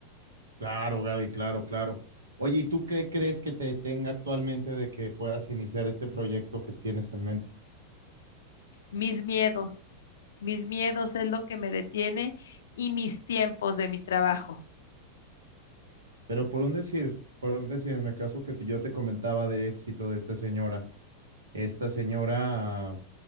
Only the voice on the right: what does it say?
Claro, Gaby, claro, claro. Oye, ¿y tú qué crees que te detenga actualmente de que puedas iniciar este proyecto que tienes en mente?
Pero por un decir, por un decir, en el caso que te- yo te comentaba de éxito de esta señora, esta señora,